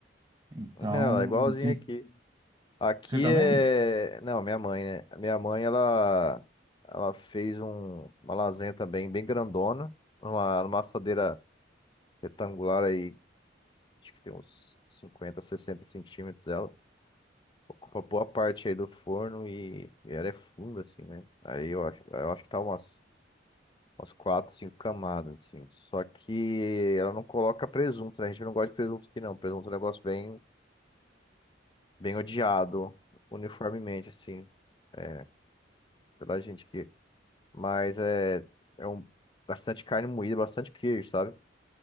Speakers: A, on the left; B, on the right.
A: <laughs>
B: então
A: Olha lá, igualzinho
B: tem.
A: aqui. Aqui
B: Você também?
A: é. Não, minha mãe, né? Minha mãe, ela, ela fez um... uma lasanha também bem grandona, numa, numa assadeira retangular aí, acho que tem uns 50, 60 centímetros ela. Ocupa boa parte aí do forno e, e ela é funda, assim, né? Aí eu acho, eu acho que tá umas, umas 4, 5 camadas, assim. Só que ela não coloca presunto, né? A gente não gosta de presunto aqui, não. Presunto é um negócio bem, bem odiado, uniformemente, assim, É, pela gente que Mas é, é um, bastante carne moída, bastante queijo, sabe?